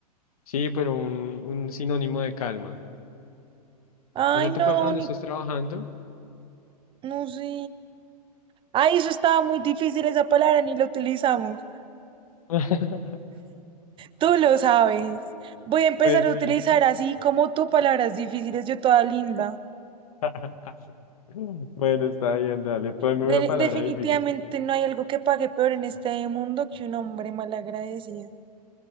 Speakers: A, on the left (about 60°); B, on the right (about 25°).
A: Sí, pero un, un sinónimo de calma.
B: Ay,
A: O sea,
B: no,
A: tú cuando
B: ni,
A: no estás trabajando.
B: no sé. Ay, eso estaba muy difícil esa palabra, ni la utilizamos.
A: <laughs>
B: Tú lo sabes. Voy a empezar
A: Pues
B: a
A: sí.
B: utilizar así como tú palabras difíciles, yo toda linda.
A: <laughs> Bueno, está bien, dale. Ponme
B: De-
A: una palabra
B: definitivamente
A: difícil.
B: no hay algo que pague peor en este mundo que un hombre malagradecido.